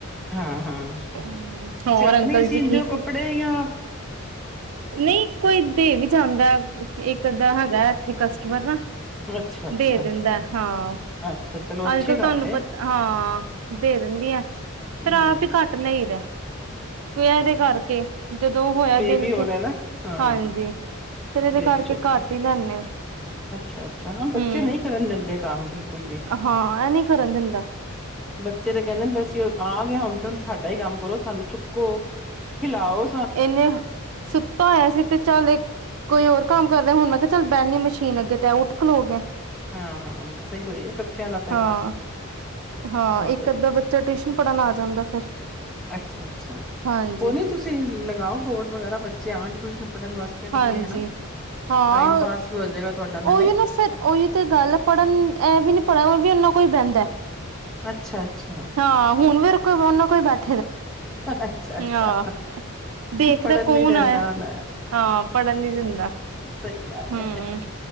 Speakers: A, in the centre; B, on the right (about 80°).
A: ਹਾਂ ਹਾਂ ਤੁਸੀਂ
B: ਹਮ ਹੋਰ
A: ਆਪਣੇ
B: ਅੰਕਲ
A: ਹੀ ਸੀਂਦੇ
B: ਜੀ ਠੀਕ
A: ਹੋ ਕੱਪੜੇ ਯਾਂ
B: ਨਹੀਂ ਕੋਈ ਦੇ ਵੀ ਜਾਂਦਾ ਇੱਕ ਅੱਧਾਂ ਹੈਗਾ ਇੱਥੇ ਕਸਟਮਰ ਨਾ
A: ਅੱਛਾ ਅੱਛਾ
B: ਦੇ ਦਿੰਦਾ ਹਾਂ
A: ਅੱਛਾ ਚਲੋ ਅੱਛੀ
B: ਅੱਜ ਕੱਲ
A: ਗੱਲ
B: ਤੁਹਾਨੂੰ
A: ਏ
B: ਪਤਾ ਹਾਂ ਦੇ ਦਿੰਦੀ ਆ ਫਿਰ
A: ਹਮ
B: ਆਪ ਵੀ ਘੱਟ ਨਹੀਂ <unintelligible> ਕੁਆ ਤੇ ਕਰਕੇ ਜਦੋਂ ਉਹ ਹੋਇਆ ਦਿਲ
A: ਣਾ
B: ਤੇ
A: ਨਾ ਹਾਂ
B: ਹਾਂਜੀ ਫਿਰ ਇਹਦੇ
A: ਬੇਬੀ
B: ਕਰਕੇ
A: ਛੋਟਾ
B: ਘੱਟ ਹੀ ਲੈਂਦੇ ਹਾਂ
A: ਅੱਛਾ ਅੱਛਾ ਹਾਂ ਬੱਚੇ
B: ਹਮ
A: ਨਹੀਂ ਕਰਨ ਦਿੰਦੇ ਕੰਮ ਬਿਲਕੁਲ ਵੀ
B: ਹਾਂ ਇਹ ਨੀ ਕਰਨ ਦਿੰਦਾ
A: ਬੱਚੇ ਤੇ ਕਹਿੰਦੇ ਬਸ ਆ ਹੁਣ ਤੇ ਹੁਣ ਸਾਡਾ ਹੀ ਕੰਮ ਕਰੋ ਸਾਨੂੰੁ ਕੋ ਹਿਲਾਓ
B: ਇਨੇ ਸੁੱਤਾ ਹੋਇਆ ਸੀ ਤੇ ਚੱਲ ਕੋਈ ਹੋਰ ਕੰਮ ਕਰਦੇ ਹੁਣ ਮੈਂ ਕਿਹਾ ਚੱਲ ਬਹਿਿੰਦੀ ਆ ਮਸ਼ੀਨ ਅੱਗੇ ਤੇ ਉਹ ਉੱਠ ਖਲੋ ਗਿਆ
A: ਹਾਂ ਬਸ ਇਹੀ ਹੋਈ ਹੈ ਬੱਚਿਆਂ ਦਾ ਤਾਂ
B: ਹਾਂ
A: ਕੰਮ
B: ਹਾਂ
A: ਹੋਰ
B: ਇੱਕ ਅੱਧਾ ਬੱਚਾ ਟਿਊਸ਼ਨ ਪੜ੍ਹਨ ਆ ਜਾਂਦਾ ਫਿਰ
A: ਅੱਛਾ ਅੱਛਾ
B: ਹਾਂਜੀ
A: ਕੋ ਨੀ ਤੁਸੀਂ ਲਗਾਓ ਬੋਰਡ ਵਗੈਰਾ <unintelligible>
B: ਹਾਂਜੀ
A: ਵਧੀਆ ਹੈ ਨਾ
B: ਹਾਂ
A: ਟਾਈਮ ਪਾਸ ਵੀ ਹੋ ਜਾਏਗਾ ਤੁਹਾਡਾ ਨਾਲੇ
B: ਉਹੀ ਨਾ ਫਿਰ ਉਹੀ ਤੇ ਗੱਲ ਪੜ੍ਹਨ ਇਹ ਵੀ ਨੀ ਪੜ੍ਹਿਆ ਵੀ ਓਨਾ ਕੋਈ ਬਹਿੰਦਾ
A: ਅੱਛਾ-ਅੱਛਾ
B: ਹਾਂ ਹੁਣ ਵੀ <unintelligible>
A: ਅੱਛਾ ਅੱਛਾ
B: ਹਾਂ ਦੇਖਦਾ
A: ਪੜ੍ਹਨ
B: ਕੌਣ
A: ਨੀ ਦਿੰਦਾ
B: ਆਇਆ
A: ਉਹਨ
B: ਹਾਂ ਪੜ੍ਹਨ ਨੀ ਦਿੰਦਾ
A: ਸਹੀ ਗੱਲ
B: ਹਮ
A: ਹੈ